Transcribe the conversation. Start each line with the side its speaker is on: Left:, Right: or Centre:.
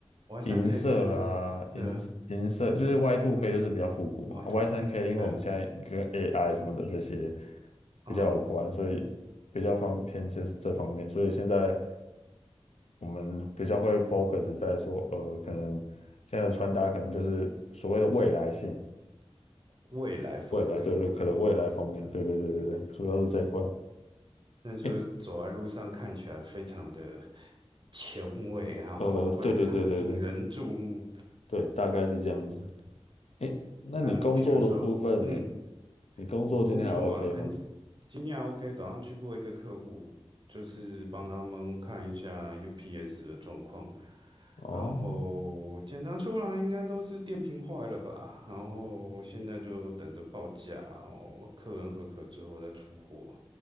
Right: 我三
Left: 银色啊，
Right: K 是
Left: 银色银色就是
Right: 的
Left: Y t K 就是比较复古嘛，Y
Right: 我爱读的，
Left: 三 K 因为我们现在跟
Right: 对，
Left: AI 什么的这些
Right: 嗯，
Left: 比较有关，所以比较方偏这这方面，所以现在我们比较会 focus 在说，呃，可能现在的穿搭可能就是所谓的未来性，
Right: 未来风格，
Left: 未来对对，可能未来方面，
Right: 对，
Left: 对对对对对，主要是这一块，
Right: 对，那就是走在路上看起来非常的
Left: 诶，
Right: 前卫，然后会让人引人注目。
Left: 呃，对对对对对对，大概是这样子。哎，那你工作的部分呢？
Right: 那比如说。嗯，
Left: 你工作今天还
Right: 我工作啊很
Left: OK 吗？
Right: 经验 OK，早上去过一个客户，就是帮他们看一下 UPS 的状况，
Left: 哦
Right: 然后检查出来应该都是电瓶坏了吧，然后现在就等着报价，然后客人合格之后再出货。